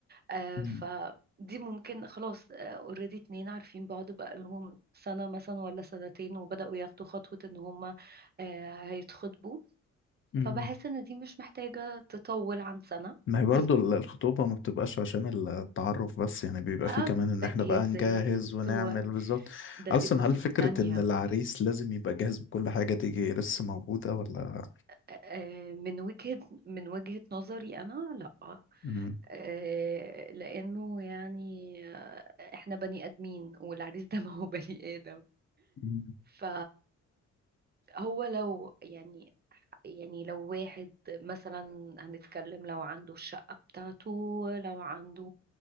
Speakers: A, on the right; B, on the left.
A: آه،
B: أمم،
A: فدي ممكن خلاص اوريدي اتنين عارفين بعض بقالهم سنة مثلا ولا سنتين وبدأوا ياخدوا خطوة إن هما آه، هيتخطبوا
B: أمم.
A: فبحس إن دي مش محتاجة تطول عن سنة
B: ما هي
A: بس
B: برضو ال- الخطوبة ما بتبقاش عشان ال- التعرف بس يعني بيبقى فيه
A: اه
B: كمان إن
A: تجهيزات
B: إحنا بقى نجهز ونعمل
A: و-
B: بالظبط
A: ده
B: أصلا
A: دي قصص
B: هل فكرة
A: تانية
B: إن العريس لازم يبقى جاهز بكل حاجة دي لسه موجودة ولا
A: آه، آه، من وجهة من وجهة نظري أنا لأ
B: أمم،
A: آه، لأنه يعني آه، إحنا بني آدمين والعريس ده <laughs> ما هو بني آدم
B: أمم،
A: ف هو لو يعني يعني لو واحد مثلا هنتكلم لو عنده الشقة بتاعته لو عنده